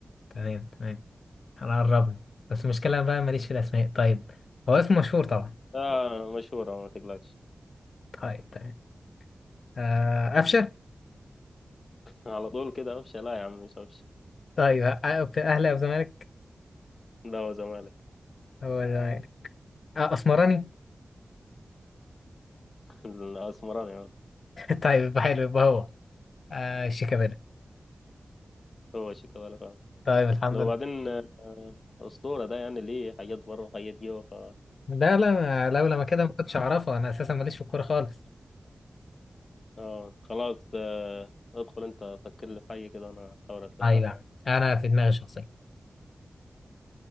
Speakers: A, on the left; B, on the left.
A: تمام تمام انا قربنا بس المشكلة بقى ماليش في الاسماء طيب هو اسمه مشهور طبعا
B: اه مشهورة ما تقلقش
A: طيب تمام آه قفشة
B: <laughs> على طول كده قفشة لا يا عم مش قفشة
A: طيب آه، في اهلي او زمالك
B: ده هو زمالك
A: هو ده آه اسمراني
B: <laughs> الاسمراني هو
A: <laughs> طيب حلو يبقى هو آه شيكابالا
B: هو شيكابالا فعلا
A: طيب الحمد
B: لو
A: لله
B: بعدين آه، أسطورة ده يعني ليه حاجات بره وحاجات جوه ف
A: لا لا أنا لولا ما كده ما كنتش اعرفه انا اساسا ماليش في الكوره خالص
B: اه خلاص آه، ادخل انت فكر لي في حاجة كده انا احاول اتلفها
A: ايوه
B: يعني
A: انا في دماغي شخصيه